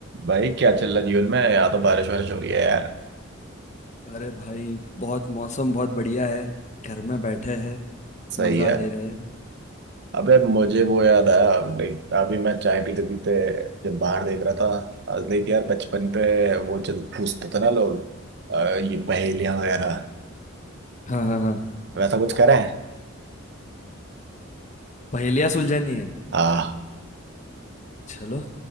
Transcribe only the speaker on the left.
अरे भाई बहुत मौसम बहुत बढ़िया है घर में बैठे हैं
मजा
ले रहे हैं
हाँ हाँ हाँ
पहेलियाँ सुलझानी है
चलो